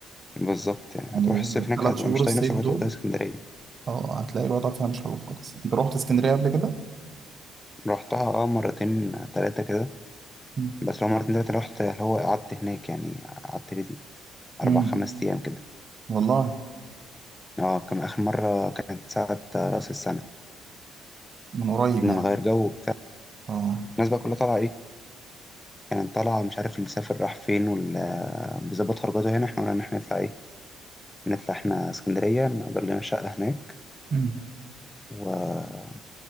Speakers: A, on the left; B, on the right.
A: بالظبط يعني
B: يعني
A: هتروح الصيف هناك
B: ثلاث
A: هتبقى
B: شهور
A: مش
B: الصيف
A: طايق نفسك وتبقى
B: دول
A: طايق اسكندريه
B: اه هتلاقي الوضع فيها مش حلو خالص أنت رحت اسكندرية قبل كده؟
A: رحتها اه مرتين ثلاثه كده
B: مم.
A: بس لو مرتين ثلاثه رحت اللي هو قعدت هناك يعني قعدت لي دي
B: مم.
A: اربع خمس ايام كده
B: والله
A: اه كان اخر مره كانت ساعه راس السنه
B: من قريب
A: قلنا
B: يعني
A: نغير جو وبتاع
B: اه
A: الناس بقى كلها طالعه ايه كانت طالعه مش عارف اللي سافر راح فين واللي بيظبط خرجاته هنا احنا قلنا ان احنا نطلع ايه نطلع احنا اسكندريه نأجر لنا شقه هناك
B: مم.
A: و